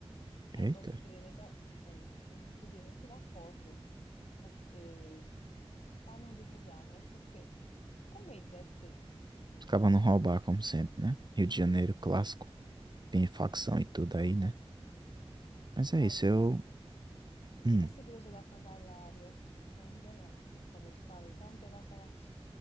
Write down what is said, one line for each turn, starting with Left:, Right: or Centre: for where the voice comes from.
Left: Aí
Right: Eita.
Left: eu gosto- não queria nem. ga- É, não podia nem tirar foto, porque. Para não divulgar, né? Porque. Com medo, deve ser.
Right: Os cabas não roubar, como sempre, né? Rio de Janeiro clássico. Tem facção e tudo aí, né? Mas
Left: Olha,
Right: é isso, eu
Left: essa
Right: Hum.
Left: Essa igreja da Candelária, Candelária, como eu te falei, foi onde teve aquelas